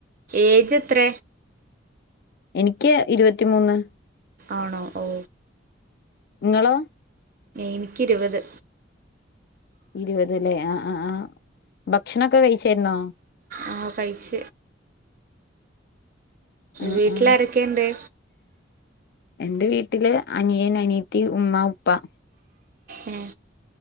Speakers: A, on the right; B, on the left.
A: ഏജ് എത്ര?
B: എനിക്ക് ഇരുപത്തിമൂന്ന്.
A: ആണോ ഓ.
B: നിങ്ങള്
A: എനിക്ക ഇരുപത്
B: ഇരുപതലേ ആ ആ ആ് ഭക്ഷണൊക്കെ കഴിച്ചായിരുന്നോ?
A: ആഹ പൈസ
B: ആ
A: വീട്ടില
B: ആ
A: ആാരൊക്കെയ ഇണ്ട്?
B: എന്റെ വീട്ടില് അനിയൻ അനീത്തി ഉമ്മ ഉപ്പ
A: ഉ